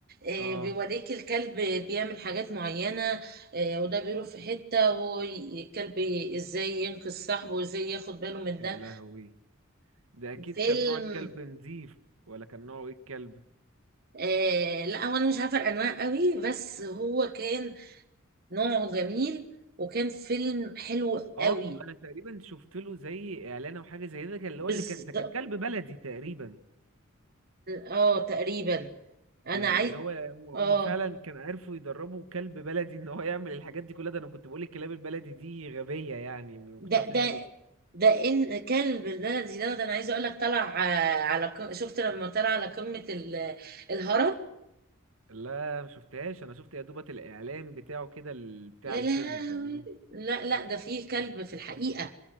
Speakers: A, on the right (about 50°); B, on the right (about 75°).
A: آه،
B: اه
A: بيوريك الكلب بيعمل حاجات معينة آه، وده بيروح في حتة وهو ي- الكلب ازاي ينقذ صاحبه وازاي ياخد باله من
B: يا
A: ده
B: لهوي ده اكيد
A: فيلم
B: كان نوع الكلب نظيف ولا كان نوعه ايه الكلب
A: آه لا هو انا مش عارفة الانواع قوي بس هو كان نوعه جميل وكان فيلم حلو
B: اه
A: قوي
B: انا تقريبا شفت له زي اعلان او حاجه زي ده كان اللي
A: بالظبط
B: هو اللي كان ده كان كلب بلدي تقريبا
A: اه تقريبا انا
B: يعني
A: عايز
B: اللي هو هم هم
A: اه
B: فعلا كانوا عرفوا يدربوا كلب بلدي ان هو يعمل الحاجات دي كلها ده انا كنت بقول الكلاب البلدي دي غبية يعني ما
A: ده
B: كنتش عارف
A: ده
B: ان هي بت...
A: ده ان كلب البلدي ده, ده انا عايزه اقول لك طلع آه، على ق- شفت لما طلع على قمه ال- الهرم
B: لا ما شفتهاش انا شفت يا دوبة الاعلان بتاعه كده ال- بتاع
A: يا
B: الفيلم
A: لهوي
B: فاهمني
A: لا لا ده فيه كلب في الحقيقه